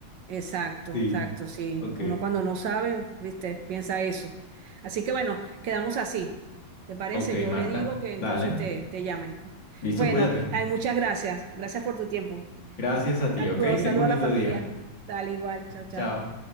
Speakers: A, on the right; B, on the left.
A: Exacto,
B: Sí,
A: exacto, sí.
B: ok.
A: Uno cuando no sabe, viste, piensa eso. Así que bueno, quedamos así. ¿Te parece?
B: Ok,
A: Yo
B: Marta,
A: le digo que entonces
B: dale.
A: te, te llame.
B: Listo,
A: Bueno,
B: cuídate.
A: ay, muchas gracias. Gracias por tu tiempo.
B: Gracias a ti,
A: Saludos,
B: ok. Tengo
A: saludos
B: un
A: a
B: lindo
A: la familia.
B: día.
A: Dale igual, chao, chao.
B: Chao.